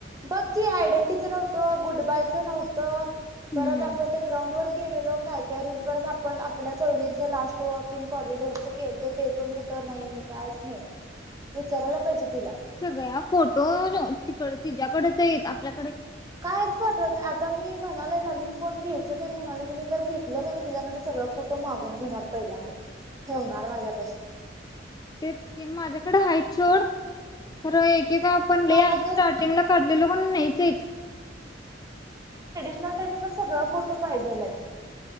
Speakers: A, on the right; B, on the left.
A: बग की आयडेंटीचं नव्हतं. गुड बायचं नव्हतं.
B: हम्म
A: परत आपण त्या ग्राउंड वर केलेलं काय काय रील परत आपण आपल्या चौघींचं लास्ट वॉक इन कॉरिडोरचं केलंतो ते पण कुठं नाही कायच नाही विचारायला पाहिजे. तिला
B: सगळ्या फोटो तिकड तिच्या्याकडच येत आपल्या
A: कायच पाठवत नाही. आता मी म्हणालय नवीन फोन घ्यायच म्हणाले की जर घेतलं क नाही त्याच्याकड सगळं फोटो मागून घेणार पहिला मी ठेवणार माझ्यापशीून
B: ते कि माझ्याकडे हाईट छोड खरं एक का आपण
A: मला
B: ल आधी
A: खरं
B: स्टार्टिंग ला काढलेलो पण नाहीच.
A: त्याचा पण सगळ फोटो पाहिजेलाय